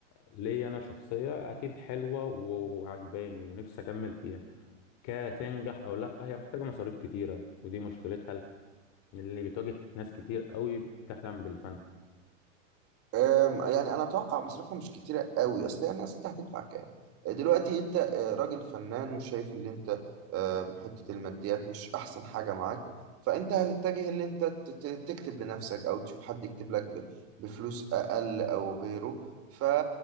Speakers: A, on the left; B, on the right.
A: ليا أنا شخصية أكيد حلوة و- وعجباني ونفسي أكمل فيها كتنجح أو لأ هي محتاجة مصاريف كتيرة ودي مشكلتها الف- اللي بتواجه ناس كتير قوي بتحلم بالفن
B: أم، يعني انا اتوقع مصروفها مش كتيره قوي اصل هي الناس انت هتدفع كام آه، دلوقتي انت آه، راجل فنان وشايف اللي انت آه، حته الماديات مش احسن حاجه معاك فانت هتتجه اللي انت ت- ت- تكتب لنفسك او تشوف حد يكتب لك ب- بفلوس اقل او غيره ف...